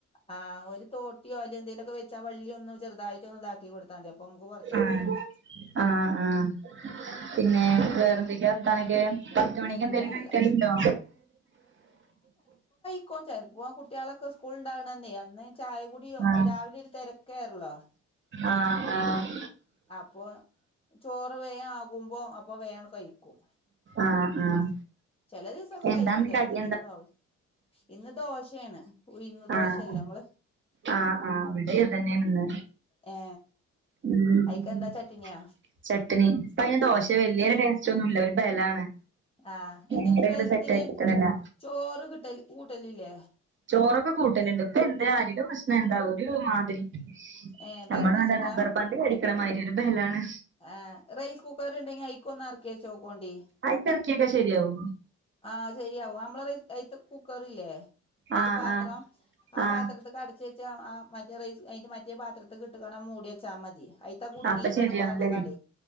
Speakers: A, on the left; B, on the right.
A: ആഹ് ഒരു തോട്ടിയോ എന്തേങ്കിലൊക്കെ വെച്ച് ആ വള്ളിയൊന്ന് ചെറുതായിട്ട് ഒന്ന് ഇതാക്കി കൊടുത്താ മതി അപ്പൊ നമുക്ക് പറിച്ചാൻ
B: ആ
A: കിട്ടും
B: ആഹ് ആ പിന്നെ വേറെന്തൊക്കെയാ വർത്താനൊക്കെ പത്തുമണിക്ക്
A: എന്താ
B: എന്തേലും
A: അല്ല
B: കഴിക്കലുണ്ടോ
A: ക്കും ചെൽപ്പോ കുട്ട്യാളൊക്കെ സ്കൂള്ണ്ടാവ്ണന്നേ അന്ന് ചായകുടി
B: ആഹ്
A: രാവിലൊര്തെരക്കല്ലേ
B: ആഹ് ആഹ്
A: അപ്പം ചോറ് വേംആകുമ്പോ അപ്പൊ വേണ്ട് കഴിക്കും
B: ആഹ് ആഹ്
A: ചെല ദിവസൊക്കെ
B: എന്താന്ന്
A: കഴിക്കും ചെല
B: കടി
A: ദിവസം എന്താ ഇന്ന് ദോശേണ് ഉയ്ന്ന് ദോശല്ലേ
B: ആഹ്
A: നമ്മള്
B: ആഹ് ആഹ് അവിടെയിതന്നെയേണ്ന്ന്
A: ഏ
B: ഉം
A: അയിക്കെന്താ ചട്ടിനിയാ
B: ചട്നി ഇപ്പതിന് ദോശ വല്ല്യൊര് ടേസ്റ്റ് ഒന്നുല്ല ഒരു ബലാണ്
A: ആഹ് അയ്ന്
B: നേരെ അങ്ങട്
A: ബെലത്തിന്
B: സെറ്റ് ആക്കിട്ടണില്ല
A: ചോറ് കിട്ടല് കൂട്ടലില്ലേ
B: ചോറൊക്കെ കൂട്ടല്ണ്ട് ഇപ്പൊ എന്താ ആരിയുടെ പ്രശ്നം എന്താ ഒരു മാതിരി
A: ഏ ബലം
B: നമ്മള്
A: വെച്ചക്കാ
B: നല്ല റബ്ബർ പാന്ത് കടിക്ക്ണമാതിരി ഒരു ബലാണ്
A: ആ റൈസ് കുക്കർ ഇണ്ടെങ്കി അയിക്കൊന്നെറ്ക്കി വെചോക്കൊണ്ടി
B: ആയിക്കെറ്ക്കിയ്ട്ട് അ് ശെരിയാവോ
A: ആഹ് ശരിയാവും നമ്മളേല് അയ്ത്തെ കുക്കറല്ലേ അയ്ത്തെ
B: ആഹ്
A: പാത്രം
B: ആഹ്
A: ആ
B: ആഹ്
A: പാത്രത്ത്ക്ക് അടച്ച് വെച്ചാ ആ മതി റൈസ് അതിന്റെ മ റ്റേ പാത്രത്ത്ക്കിട്ട്കാണ്ട് ആ മൂടിവെച്ചാ മതി അയിത്താ കുട്ക്കീക്കാണ്ട്
B: അപ്പൊ ശരിയാണല്ലേ
A: പാറ്ന്ന് കാണ്ടെ